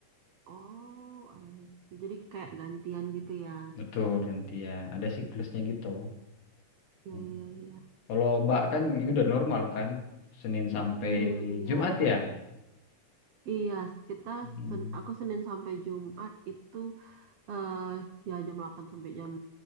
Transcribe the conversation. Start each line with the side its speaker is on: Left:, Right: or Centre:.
Right: Oh, I see. Jadi kayak gantian gitu ya.
Left: Betul, gantian. Ada siklusnya gitu.
Right: Iya,
Left: Hmm.
Right: iya, iya.
Left: Kalau Mbak kan ya udah normal kan, Senin sampai
Right: Hmm, iya.
Left: Jumat ya.
Right: Iya, kita
Left: Hmm.
Right: sen- aku Senin sampai Jumat itu eh ya jam 8 sampai jam